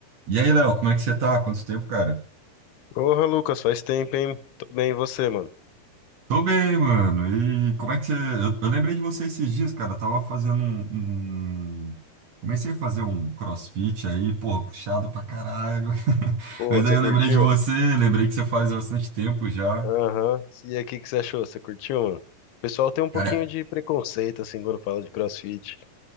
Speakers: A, on the right; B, on the left.
A: E aí, Léo, como é que você tá? Quanto tempo, cara?
B: Porra, Lucas, faz tempo, hein? Tô bem, e você, mano?
A: Tô bem, mano. E como é que você. Eu, eu lembrei de você esses dias, cara. Eu tava fazendo um, um- Comecei a fazer um CrossFit aí, porra, puxado pra caralho. <laughs>
B: Pô,
A: Mas
B: você
A: aí eu
B: curtiu?
A: lembrei de você, lembrei que você faz bastante tempo já.
B: Aham. E aí, o que que você achou? Você curtiu, mano? O pessoal tem um pouquinho
A: Cara,
B: de preconceito, assim, quando fala de CrossFit.